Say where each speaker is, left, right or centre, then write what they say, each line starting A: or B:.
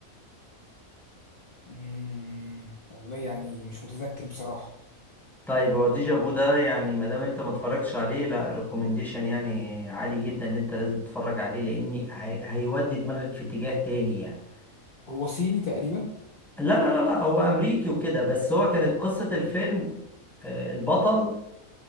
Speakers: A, on the left (about 40°); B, in the centre.
A: مم، والله يعني مش متذكر بصراحه
B: طيب هو ديجا فو ده يعني ما دام انت ما اتفرجتش عليه لا ريكومنديشن يعني عالي جدا اللي انت لازم تتفرج عليه لان هي... هيودي دماغك في اتجاه تاني يعني
A: هو صيني تقريبا
B: لا لا لا لا هو امريكي وكده بس هو كانت قصة الفيلم آه، البطل